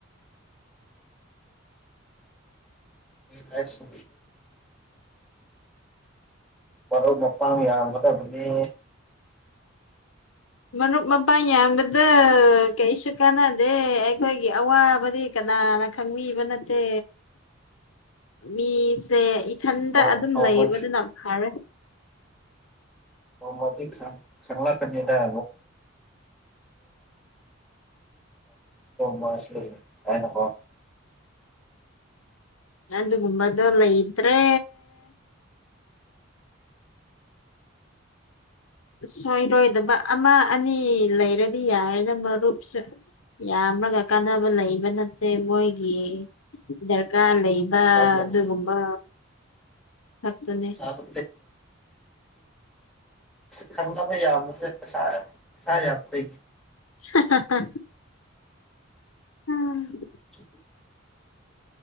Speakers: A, in the centre; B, on the left.
A: ꯄ ꯑꯦꯁ ꯃꯔꯨꯞ ꯃꯄꯥꯡ ꯌꯥꯝꯒꯗꯕꯅꯤ
B: ꯃꯔꯨꯞ ꯃꯄꯥꯡ ꯌꯥꯝꯕꯗ ꯀꯩꯁꯨ ꯀꯥꯟꯅꯗꯦ ꯑꯩꯈꯣꯏꯒꯤ ꯑꯋꯥꯕꯗꯤ ꯅꯥꯅ ꯈꯪꯕꯤꯕ ꯅꯠꯇꯦ ꯃꯤ ꯁꯦ ꯏꯊꯟꯇ
A: ꯅꯣꯡꯃꯗꯤ
B: ꯑꯗꯨꯝ ꯂꯩꯕꯗꯨꯅ ꯐꯔꯦ
A: ꯃꯗꯤ ꯈꯪꯂ ꯀꯗ ꯄꯣꯁꯦ ꯍꯥꯏꯅ ꯀ
B: ꯌꯥꯗꯨꯒꯨꯝꯕꯗꯂ ꯏꯗ꯭ꯔꯦ ꯁꯣꯏꯔꯣꯏꯗꯕ ꯑꯃ ꯑꯅꯤ ꯂꯩꯔꯗꯤ ꯌꯥꯔꯦꯅ ꯃꯔꯨꯞꯁꯨ ꯌꯥꯝ꯭ꯔꯒ ꯀꯥꯟꯅꯕ ꯂꯩꯕ ꯅꯠꯇꯦ ꯃꯣꯏꯒꯤ ꯗꯔꯀꯥꯔ ꯂꯩ ꯂꯩꯕ
A: ꯄꯩꯁꯥꯁꯨ
B: ꯑꯗꯨꯒꯨꯝꯕ ꯈꯛꯇꯅꯦ
A: ꯁꯥꯇ ꯈꯪꯒꯥ ꯍꯣꯏ ꯌꯥ ꯃꯁꯦ ꯄꯁꯥꯁꯥ ꯌꯥ ꯀ
B: ꯍ ꯎꯝ
A: <unintelligible>